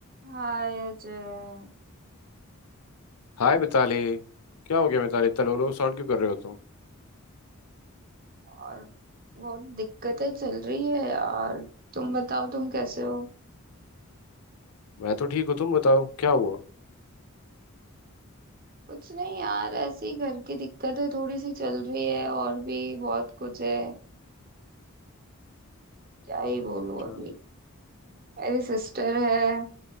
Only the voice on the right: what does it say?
हाय अजय
और बहुत दिक्कतें चल रही है यार तुम बताओ तुम कैसे हो
कुछ नहीं यार ऐसे ही घर की दिक्कतें थोड़ी सी चल रही है और भी बहुत कुछ है क्या ही बोलूं
अभी मेरी सिस्टर है